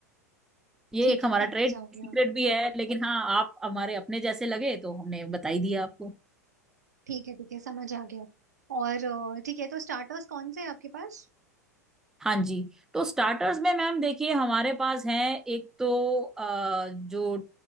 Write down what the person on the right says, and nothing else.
ठीक
है
समझ
आ गया
ठीक है ठीक है समझ आ गया और अ, ठीक है तो स्टार्टर्स कौन से हैं आपके पास